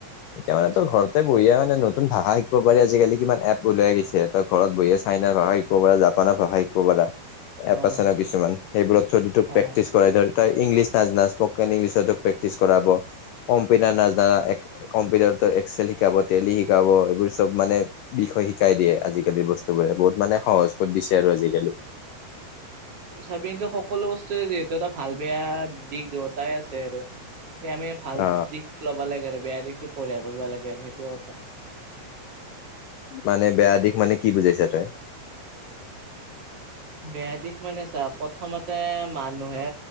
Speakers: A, on the left (about 85°); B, on the right (about 40°).
A: এতিয়া মানে তোৰ ঘৰতে বহিয়ে মানে নতুন ভাষা শিক শিকব পাৰি আজিকালি কিমান এপ ওলাই গেইছে তই ঘৰত বহিয়ে চাইনাৰ ভাষা শিকব পাৰা, জাপানৰ ভাষা শিকব পাৰা
B: অ',
A: এপ আছে না কিছুমান সেইবোৰত থ্ৰুইদি টো
B: অ',
A: প্ৰেক্টিচ কৰাই ধৰি এই ইংলিছ নাজনাচ ইছপকেন ইংলিছতো প্ৰেক্টিছ কৰাব কম্পিউটাৰ
B: অ',
A: নাজনা এক কম্পিউটাৰতো এক্সেল শিকাব, টেলি শিকাব এইবোৰ চব মানে বিষয় শিকাই দিয়ে আজিকালি বস্তু বোৰে বহুত মানে সহজ কত দিছে আৰু আজিকালি।
B: চাবিনত সকলো বস্তুৱে যিহেতু এটা ভাল বেয়া দিশ দুয়টাই আছে আৰ। এ আমি ভাল
A: অ
B: দিশটো ল'বা লাগে আৰু বেয়া দিশটো পৰিহাৰ কৰিব লাগে আৰু সেইটোৱে কথা।
A: মানে বেয়া দিশ মানে কি বুজাইছা তই?
B: বেয়া দিশ মানে চা প্ৰথমতে মানুহে